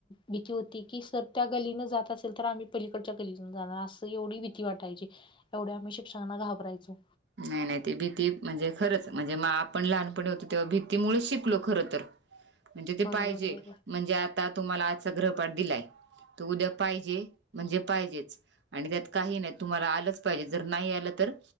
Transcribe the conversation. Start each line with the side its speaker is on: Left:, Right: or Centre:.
Left: भीती होती की सर त्या गलीन जात असेल तर आम्ही पलीकडच्या गलीन जाणार अस एवढी भीती वााटाची एवढ्या आम्ही शिक्कांना घाबरायचो
Right: नाही नाही ते भीती म्हणजे खरंच म्हणजे म आपण लहानपणी होतो तेव्हा भीतीमुळेच शिकलो खर तर
Left: <inaudible>
Right: म्हणजे ते
Left: बरोबर
Right: पाहिजे
Left: बरोबर
Right: म्हणजे आता तुम्हाला आजचा गृहपाठ दिलाय त उद्या पाहिजे म्हणजे पाहिजेच. आणि त्यात काही नाही तुम्हाला आलंच पाहिजे जर नाही आलं तर